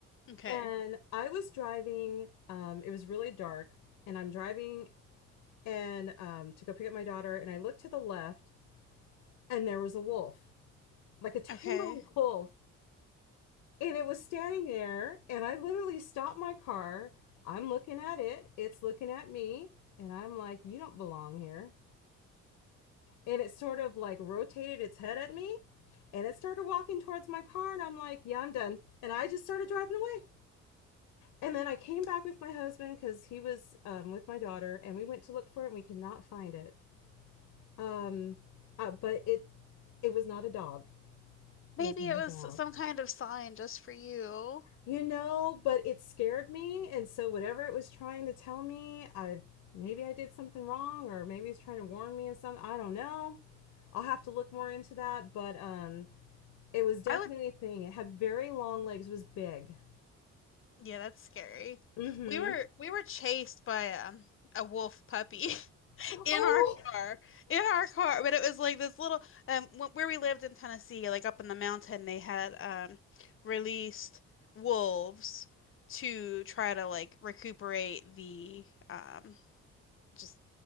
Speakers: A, on the left; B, on the left.
A: Okay.
B: And I was driving, um, it was really dark, and I'm driving and um, to go pick up my daughter, and I looked to the left, and there was a wolf, like a timber
A: Okay.
B: <laughs> wolf. And it was standing there, and I literally stopped my car. I'm looking at it, it's looking at me, and I'm like, you don't belong here. and it sort of like rotated its head at me and it started walking towards my car and i'm like yeah i'm done and i just started driving away and then i came back with my husband because he was um, with my daughter and we went to look for it and we could not find it um, uh, but it it was not a dog
A: Maybe
B: it was not
A: it
B: a
A: was
B: dog
A: some kind of sign just for you.
B: you know but it scared me and so whatever it was trying to tell me i maybe i did something wrong or maybe it's trying to warn me of something i don't know i'll have to look more into that but um It was definitely
A: I would,
B: a thing. It had very long legs, It was big.
A: yeah, that's scary.
B: Mm-hmm.
A: We were we were chased by um, a wolf puppy <laughs>
B: <gasps>
A: in our car, in our car. But it was like this little um wh- where we lived in Tennessee, like up in the mountain, they had um released wolves to try to like recuperate the um just